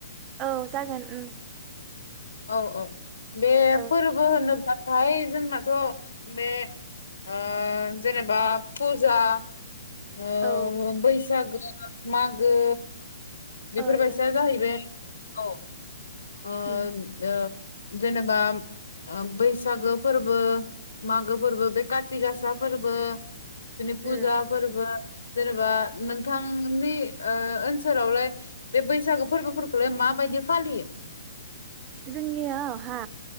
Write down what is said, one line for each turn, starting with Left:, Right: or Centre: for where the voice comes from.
Right: औ जागोन उम
Left: औ औ बे
Right: ओ
Left: फोरबो होनो नाथाय जोंनाथ' बे ओ जेनेबा पुजा ओ
Right: औ
Left: बैसागो ओ मागो बेफोरबायसा
Right: ओ नोंथां
Left: जाहैबाय।
Right: उम
Left: औ ओ
Right: उम
Left: ओ जेनेबा ओ बैसागो फोर्बो मागो फोर्बो बे काथि गासा फोर्बो जोंनि फुजा
Right: उम
Left: फोर्बो जेनेबा नोंथांनि ओ ओनसोलावलाय बे बैसागु फोर्बोफोरखौलाय माबायदि फालियो?
Right: जोंनियाव हा